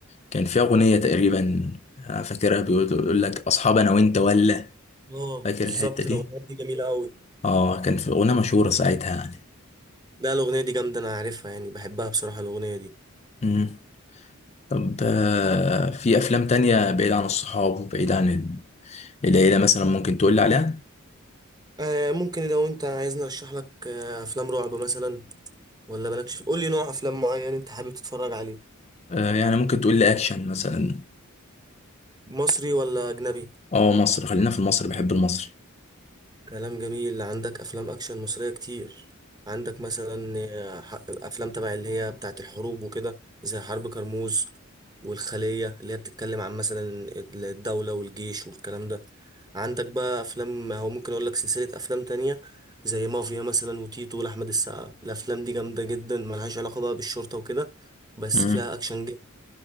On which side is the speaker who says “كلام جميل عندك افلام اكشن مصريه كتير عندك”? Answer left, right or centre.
Right